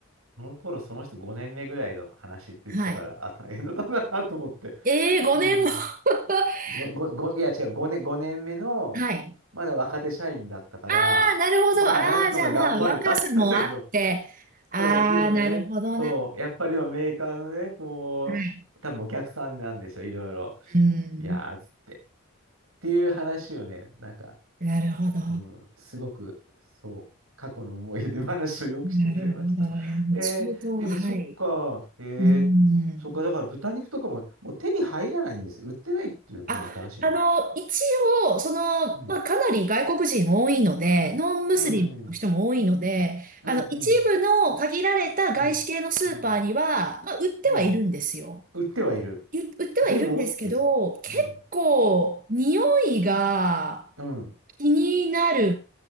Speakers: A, on the right; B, on the right.
A: その頃、その人5年目ぐらいの話って言ってたから、
B: はい。
A: あ、大変だったんだなと思って。
B: ええー、5年も。
A: うん。
B: <laughs>
A: ご、ご、ご、いや、違う、5年、5年目の、
B: はい。
A: まだ若手社員だったから、
B: ああ、なるほど。
A: まあ、
B: ああ、
A: なんとか頑張れたって言ってたけど、
B: じゃあまあ、若さもあって。ああ、
A: そう、でもね、
B: なるほどな。
A: そう、
B: は
A: やっぱりでもメーカーのね、こう、
B: い。
A: 多分お客さんなんでしょ、いろいろ。
B: うん。
A: いやー、つって。っていう話をね、なんか、
B: なるほど。
A: うん、すごく、そう、過去の思い出話をよくしてくれました。
B: なるほど。えー中東、
A: えー、でもそっか、
B: はい。
A: えー、
B: うん。
A: そっか、だから豚肉とかも、もう手に入らないんですよ。売ってないっていう方が正しいの。
B: あ、あの、一応、その、
A: うん。
B: まあ、かなり外国人多いので、ノンムスリムの人も多いので、
A: うんうん。うんうん
B: あの、一部の限られた外資系のスーパーには、
A: うん。うん
B: まあ、売ってはいるんですよ。
A: うん。売ってはいる。
B: ゆ売ってはいるんですけど、
A: でもってやつ。
B: 結構、
A: うん。
B: 匂いが、
A: うん。
B: 気になる